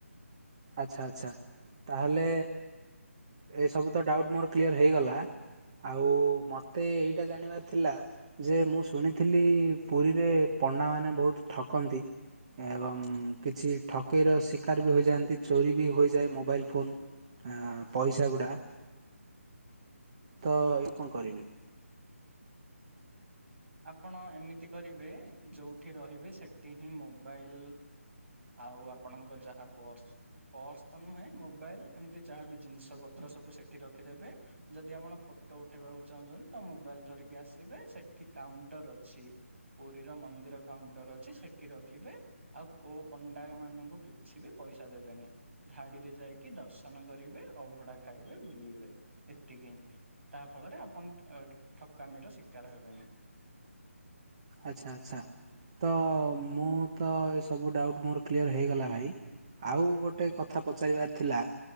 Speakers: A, on the right; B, on the right.
A: ଆଚ୍ଛା ଆଚ୍ଛା ତାହେଲେ ଏସବୁ ତ ଡାଉଟ୍ ମୋର କ୍ଲିଅର୍ ହେଇଗଲା। ଆଉ ମତେ ଏଇଟା ଜାଣିବାର ଥିଲା? ଯେ ମୁଁ ଶୁଣିଥିଲି ପୁରୀରେ ପଣ୍ଡାମାନେ ବହୁତ ଠକନ୍ତି। ଏବଂ କିଛି ଠକେଇର ଶିକାର ବି ହୋଇଯାଆନ୍ତି। ଚୋରି ବି ହୋଇଯାଏ ମୋବାଇଲ୍ ଫୋନ୍ ପଇସା ଗୁଡ଼ା। ତ ଇଏ କଣ କରିବି?
B: ଆପଣ ଏମିତି କରିବେ ଯୋଉଠି ରହିବେ ସେଠି ହିଁ ମୋବାଇଲ ଆଉ ଆପଣଙ୍କ ଯାହା ପର୍ସ। ପର୍ସ ତ ନୁହେଁ ମୋବାଇଲ ଏମିତି ଯାହାବି ଜିନିଷ ପତ୍ର ସବୁ ସେଠି ରଖିଦେବେ ଯଦି ଆପଣ ଫଟ ଉଠେଇବାକୁ ଚାହୁଁଛନ୍ତି ତ ମୋବାଇଲ ଧରିକି ଆସିବେ ସେଠି କାଉଣ୍ଟର ଅଛି। ପୁରୀର ମନ୍ଦିର କାଉଣ୍ଟର ଅଛି ସେଠି ରଖିବେ। ଆଉ କୋଉ ପଣ୍ଡାମାନଙ୍କୁ କିଛି ବି ପଇସା ଦେବେନି। ଧାଡିରେ ଯାଇକି ଦର୍ଶନ କରିବେ ଅ ଭଡା ଖାଇବେ ବୁଲିବେ ଏତିକି ହିଁ। ତାହା ଫଳରେ ଆପଣ ଠକାମିର ଶିକାର ହେବେନି।
A: ଆଚ୍ଛା ଆଚ୍ଛା ତ ମୁଁ ତ ଏସବୁ ଡାଉଟ୍ ମୋର କ୍ଲିଅର ହେଇଗଲା ଭାଇ। ଆଉ ଗୋଟେ କଥା ପଚାରିବାର ଥିଲା